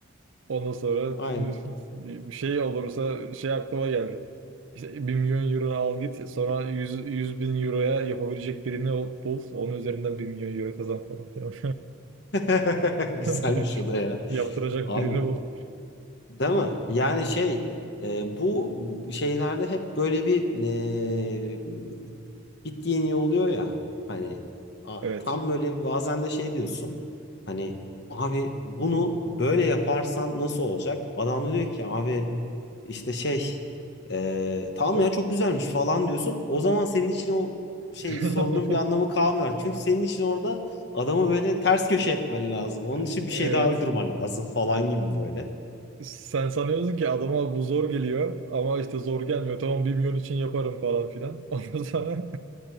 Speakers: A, on the right; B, on the left.
A: Ondan sonra
B: Aynen.
A: <laughs> bir şey olursa şey aklıma geldi. İşte 1 milyon euro al git sonra 100 100 bin euroya yapabilecek birini ol- bul. Onun üzerinden bir milyon euro kazan falan filan.
B: <laughs> Güzelmiş
A: <laughs>
B: o da ya.
A: Yaptıracak
B: Abi
A: birini bul.
B: değil mi? Yani şey e, bu şeylerde hep böyle bir e, bittiğin iyi oluyor ya hani a-
A: Evet.
B: tam böyle bazen de şey diyorsun hani abi bunu böyle yaparsan nasıl olacak? Adam da diyor ki abi işte şey e, tamam
A: Evet.
B: ya çok güzelmiş falan diyorsun. O zaman senin için o şey
A: <laughs>
B: sorunun bir anlamı kalmıyor. Çünkü senin için orada adamı böyle ters köşe etmen lazım. Onun
A: E-
B: için
A: Evet.
B: bir şey daha uydurman lazım falan gibi böyle.
A: Sen sanıyorsun ki adama bu zor geliyor ama işte zor gelmiyor. Tamam bir milyon için yaparım falan filan. <laughs> Ondan sonra